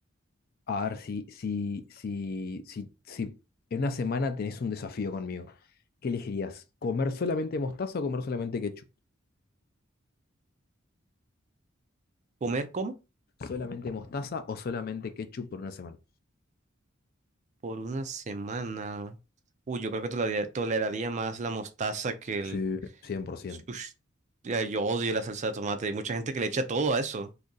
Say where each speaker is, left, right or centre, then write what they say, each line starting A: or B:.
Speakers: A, on the left (about 50°); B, on the right (about 35°).
A: a ver, si, si, si, si, si en una semana tenés un desafío conmigo, ¿qué elegirías? ¿Comer solamente mostaza o comer solamente ketchup?
B: ¿comer cómo?
A: ¿Solamente mostaza o solamente ketchup por una semana?
B: Por una semana. Uy, yo creo que toleraría, toleraría más la mostaza que el...
A: Sí, 100%.
B: Ush. Ya, yo odio la salsa de tomate. Hay mucha gente que le echa todo a eso.